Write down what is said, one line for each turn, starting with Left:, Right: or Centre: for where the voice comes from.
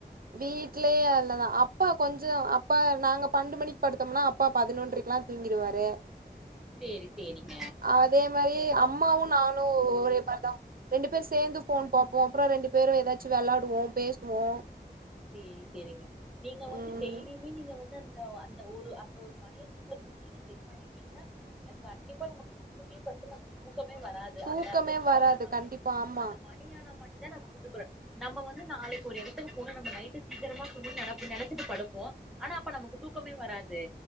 Right: வீட்லேயே அல்லதான் அப்பா கொஞ்சம் அப்பா நாங்க பண்டு மணிக்கு படுத்தோம்னா அப்பா பதினொன்றக்குெல்லாம் தூங்கிடுவாரு
Centre: சேரி சேரிங்க
Right: அதே மாதிரி அம்மாவும் நானும் ஒரே மாதிரி தான் ரெண்டு பேரும் சேர்ந்து போன் பார்ப்போம் அப்புறம் ரெண்டு பேரும் ஏதாச்சும் விளாடுவோம் பேசுவோம்
Centre: சேரி சேரிங்க நீங்க வந்து
Right: ம்
Centre: டெய்லியுமே நீங்க வந்து அந்தந்த, அந்த ஒரு அந்த ஒரு மணிய தூங்கறதுக்கு நீங்க செட் பண்ணிட்டீங்னா அ கண்டிப்பா நமக்கு முன்கூட்டியே பட்தா நமக்கு தூ க்கமே வராது
Right: தூக்கமே
Centre: அந்த அந்த மணி
Right: வராது
Centre: ஆனா
Right: கண்டிப்பா
Centre: மட்
Right: ஆமா
Centre: அந்த மணி ஆனா மட் துதான் நம்ம குட்டுபோற நம்ம வந்து நாளைக்கு ஒரு இடத்துக்கு போன ந இந்த நைட்டு சீக்கிரமா தூங்கு நெனச்சி நெனச்சிட்டு படுப்போம் ஆனா அப்ப நமக்கு தூக்கமே வராது